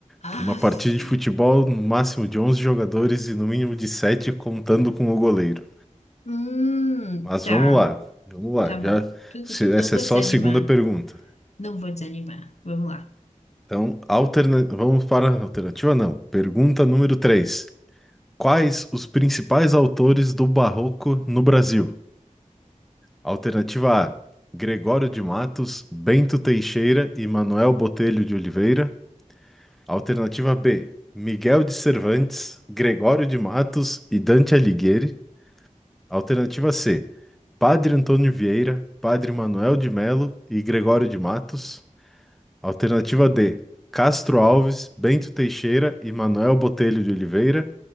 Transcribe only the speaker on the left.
Aff.
Hum,
tá.
Tá
bom. Tudo-
Não vou
desanimar.
Não vou desanimar. Vamos lá.